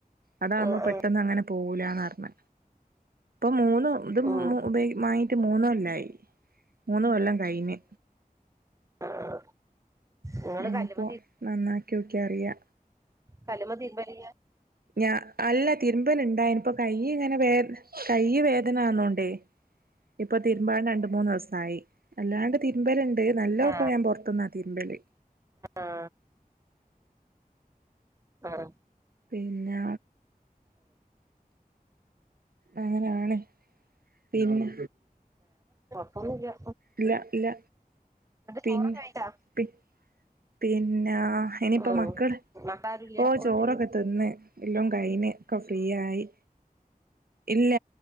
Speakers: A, on the right (about 75°); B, on the right (about 20°).
A: അതാമ്പോ
B: ആഹ്
A: പെട്ടെന്ന്
B: ആഹ്
A: അങ്ങനെ പോക ക്കൂലാന്ന്റഞ്ഞ മൂന്നോ ഇത് മൂ
B: ഉം
A: വാങ്ങിട്ട് മൂന്ന് കൊല്ലായി മൂന്ന് കൊല്ലം കഴിഞ്ഞ്
B: ആഹ് നിങ്ങള്
A: ഇനിയിപ്പോ
B: കല്ലുമ
A: നന്നാക്കി നോക്കിയാ അറിയാ
B: കലമതിര്മ്പലില്ല
A: ഞാ അല്ല തിരുമ്പല് ണ്ടായിനിപ്പോ കൈയ് ഇങ്ങനെ വേ കൈ വേദന ആണോ ണ്ടേ ഇപ്പൊ തിരുമ്പാ രണ്ട് മൂന്ന് ദിവസ സായി അല്ലാണ്ട് തിര്മ്പല് ണ്ട് നല്ലോക്കെ
B: ആ
A: ഞാൻ പൊറത്തുന്നാ തിരുമ്പല്
B: ആ ആഹ്
A: പിന്നെ അങ്ങനെയാണ് പിന്നെ
B: ഒന്നുല്ല
A: ഇല്ല ഇല്ല പിന്നെ
B: ചോറൊക്കെ കഴിച്ചാ
A: പി പി പിന്നാ ഇനിയിപ്പോ
B: ഉം.
A: മക്കൾ
B: മക്കാരുമില്ല
A: ഓ
B: വീട്ടില്
A: ചോറൊക്കെ തിന്ന് എല്ലാം കഴിന് ഒക്കെ ഫ്രീയായി ഇല്ല